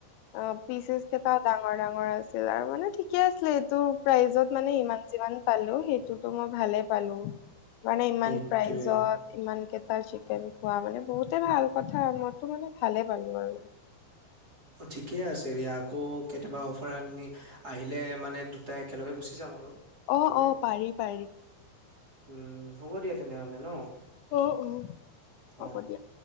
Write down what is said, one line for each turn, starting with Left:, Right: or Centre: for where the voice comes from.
Left: অ পিচেচ কেইটাও ডাঙ ডাঙৰ ডাঙৰ আছিল আৰু মানে ঠিকে আছিলে এইটো প্ৰাইজত মানে ইমান যিমান পালো সেইটোতো মই ভালে পালো মানে ইমান
Right: সেইটোয়ে
Left: প্ৰাইজত ইমানকেইটাৰ চিকেন খোৱা মানে বহুতে ভাল কথা মইতো মানে ভালে পালো আৰু
Right: ঠিকে আছে দিয়া আকৌ কেতিয়াবা অফাৰ আনি আহিলে মানে দুটাই একেলগে গুচি যাম আৰু খাবলে
Left: অ অ পাৰি পাৰি
Right: উম হ'ব দিয়া তেনেহলে ন
Left: অ অ হ'ব
Right: অ'।
Left: দিয়া